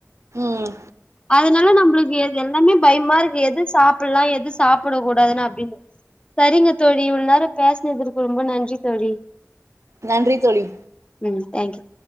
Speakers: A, on the right (about 65°); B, on the left (about 20°).
A: ம்
B: அதனால நம்பளுக்கு எது எல்லாமே பயமா இருக்கு எது சாப்பட்லா எத் எது சாப்படக்கூடாதுனு அப்டின்ட்டு சரிங்க தோழி இவ்ளோ நேரோ பேசனதுக்கு ரொம்ப நன்றி தோழி
A: நன்றி தோழி
B: ம் தேங்க்யூ